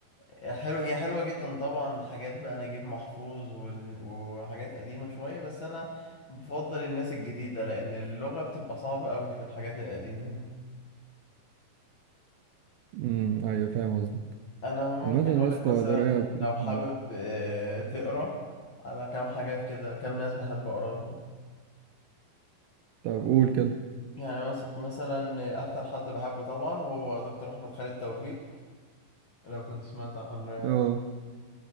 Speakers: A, on the left (about 65°); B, on the right (about 80°).
A: آه، حلو هي حلوة جدا طبعا حاجات بقى نجيب محفوظ وال- وحاجات قديمة شوية بس أنا بفضل الناس الجديدة لأن اللغة بتبقى صعبة أوي في الحاجات القديمة دي
B: امم ايوه فاهم قصدك
A: أنا ممكن
B: عامة
A: أقولك
B: يا اسطى
A: مثلا
B: القراية بتبقى
A: لو حابب
B: حلوة.
A: آه، تقرا على كام حاجات كده كام ناس بحب أقرا لهم
B: طب قول كده
A: يعني مس- مثلا أكتر حد بحبه طبعا هو دكتور أحمد خالد توفيق لو كنت سمعت عنه يعني
B: اه